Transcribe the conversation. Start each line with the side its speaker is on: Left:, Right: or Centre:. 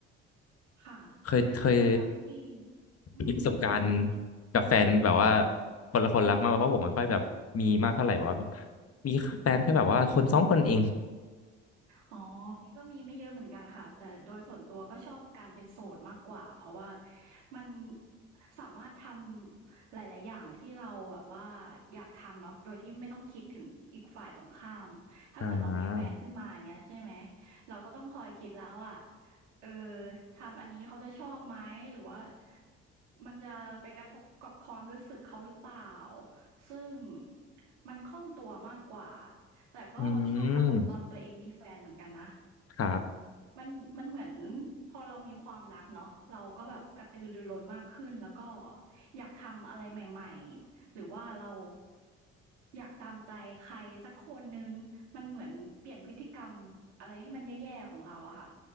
Right: ค่ะ
Left: เคยเคย
Right: สำหรับพี่อืม
Left: มีประสบการณ์กับแฟนแบบว่าคนละคนรักมากกว่าเพราะผมไม่ค่อยแบบมีมากเท่าไหร่บอกว่ามีแฟนแค่แบบว่าคนสองคนเอง
Right: อ๋อพี่ก็มีไม่เยอะเหมือนกันค่ะแต่โดยส่วนตัวก็ชอบการเป็นโสดมากกว่าเพราะว่ามันสามารถทำหลายๆอย่างที่เราแบบว่าอยากทำเนาะโดยที่ไม่ต้องคิดถึงอีกฝ่ายตรงข้ามถ้าเกิดเรามีแฟนขึ้นมาอย่างเงี้ยใช่ไหม
Left: อ่า
Right: เราก็ต้องคอยคิดแล้วว่าเออทำอันนี้เขาจะชอบไหมหรือว่ามันจะไปกระทบกับความรู้สึกเขาหรือเปล่าซึ่งมันคล่องตัวมากกว่า แต่ก็ชอบอารมณ์ตอนตัวเองมีแฟนเหมือนกันนะ
Left: อืมครับ
Right: มันมันเหมือนพอเรามีความรักเนาะเราก็แบบกระตือรือร้นมากขึ้นแล้วก็อยากทำอะไรใหม่ๆหรือว่าเราอยากตามใจใครสักคนหนึ่งมันเหมือนเปลี่ยนพฤติกรรมอะไรที่มันแย่ๆของเราอะค่ะ